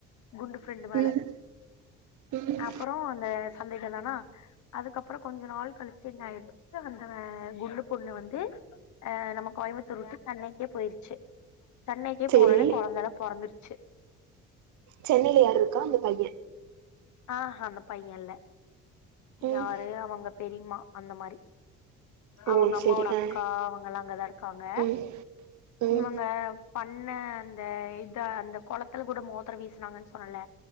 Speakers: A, on the left (about 60°); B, on the right (about 60°).
A: குண்டு ஃபிரண்டு மேல
B: ம் ம்
A: அப்புறோ அந்த சந்தேகந்தானா அதுக்கப் புறோ கொஞ்ச நாள் கழிச்சி என்ன ஆயிடுச்சி அந்த குண்டு பொண்ணு வந்து ஆ நம்ம கோயம்புத்தூர் விட்டு சென்னைக்கே போயிருச்சு. சென்னைக்கே
B: சேரி
A: போனவுன்னே கொழந்தெல்லா பொறந்திருச்
B: சென்னைல யார் இருக்கா அந்த பைய
A: ஆஹா அந்த பைய இல்ல
B: ம்
A: யாரு அவங்க பெரிய்மா அந்த மாரி
B: ஓ
A: அவங்க அம்மாவோட
B: செரி ஆ
A: அக்கா அவங்க எல்லா அங்கதா இருக்காங்க
B: ம் ம்
A: இவங்க ப ண்ண அந்த இத அந்த கொளத்துல கூட மோதரோ வீசுனாங்கன்னு சொன்னல்ல